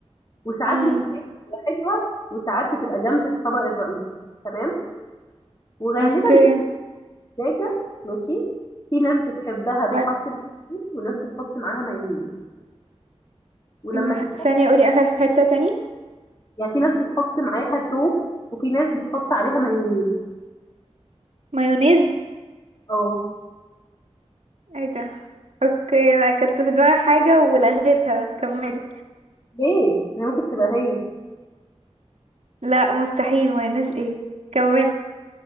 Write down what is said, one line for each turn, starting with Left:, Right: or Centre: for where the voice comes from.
Left: وساعات
Right: امم
Left: بتتاكل لوحدها وساعات بتبقى جنب الطبق الرئيسي تمام وغالبا
Right: اوكي
Left: دجاجه ماشي في ناس بتحبها بتحط
Right: لا،
Left: معاها طحين وناس بتحط معاها مايونيز ولما
Right: م-
Left: تتسبك
Right: ثانية قولي اخر حتة تاني
Left: يعني في ناس بتحط معاها توم وفي ناس بتحط عليها مايونيز
Right: مايونيز
Left: اه
Right: ايه ده اوكي انا كنت في دماغي حاجة ولغيتها بس كملي
Left: ليه؟ هي ممكن تبقى هي
Right: لا مستحيل مايونيز ايه كملي